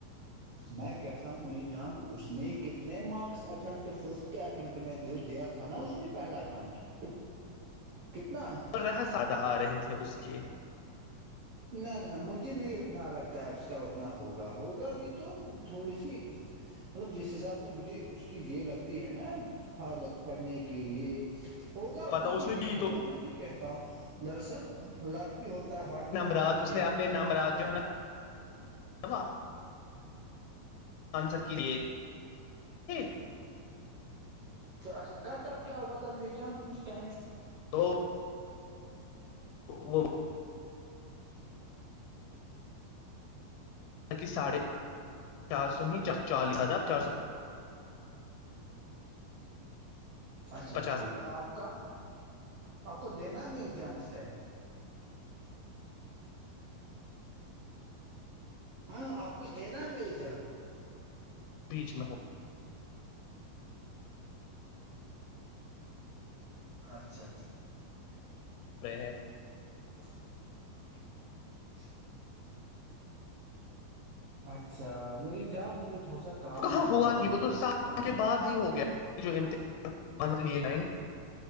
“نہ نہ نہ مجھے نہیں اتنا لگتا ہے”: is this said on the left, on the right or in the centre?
Right